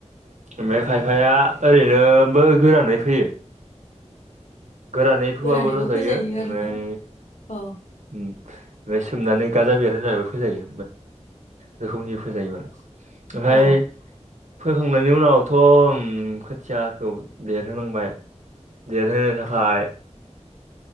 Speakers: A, on the right (about 80°); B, on the left (about 75°).
A: ओमफ्राय खायफाया ओरैनोबो गोरानै फैयो गोरानै फुवाबबो
B: गोरानैबो
A: रजयो
B: फोजायो
A: ओमफाय
B: आरोना औ
A: ओमफाय सोमनानै गाजा बेरहोना फोजायो रोखोमनि फोजायो ओमफ्राय
B: औ
A: फोखांनायनि उनावथ' ओम खोथियाखौ देरहोलांबाय देरहोनो थाखाय फाय